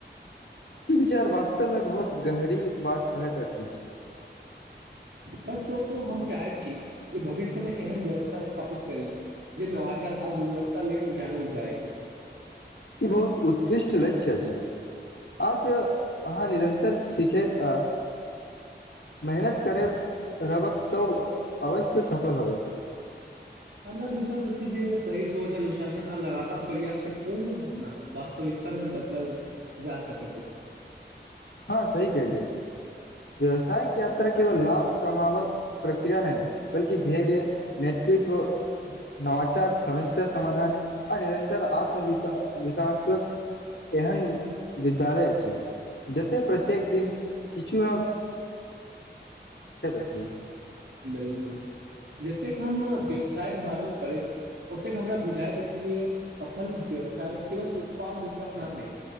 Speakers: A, on the left; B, on the right.
A: ई विचार वास्तवमे बहुत गहरी बात कहैत अछि।
B: सच कहू तो हम चाहैत छी जे भविष्यमे एहन व्यवस्था स्थापित करी जे नवचार आ गुणवत्त लै जानल जाइ
A: ई बहुत उत्कृष्ट लक्ष्यी आज अहाँ निरन्तर सिखैत आ मेहनत करे रबक तो अवश्य सफल हो।
B: हमरा विश्वास जे सही सोच अनुशासन आ लगातार प्रयास छै कोन न सपना वास्तविकतामे बदल जा सक
A: हँ सी कहहि ले व्यवसाय क यात्रा केवल लाभ कमावक प्रक्रिया नहि बल्ि धैर्य नेतृत्व नवाचार समस्या समाधान- आ निरन्तर आत्मविक विकासके एहन विद्यालय अछि। जतय प्रत्येक दिन किछु ने जी।
B: बिलकुल जतेक हम व्यवसायके बारेमे पढ़ैत छी ओतेक हमरा बुझाइत अछि जे सफल व्यवसाय केवल उत्पाद बीितबाक नाम नहि